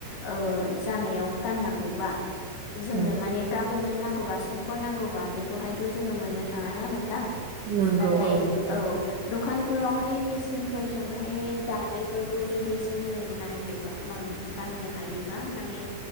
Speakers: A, on the left; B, on the right.
A: ओ जानायाव गाननांगौबा जोंनो
B: औ
A: माने गाबोननो नांगौबा समफोर नांगौ आ बेखौहायथ' जोङो मोननो थाङा ना नोंथां
B: नंगौ
A: नाथाय
B: नोंथां
A: औ दखान फोरावहाय मेसिन फोरजोंहाय दानायफोरखौ जुदि जोङो नायोबा माम बा होयनो हायोबा माने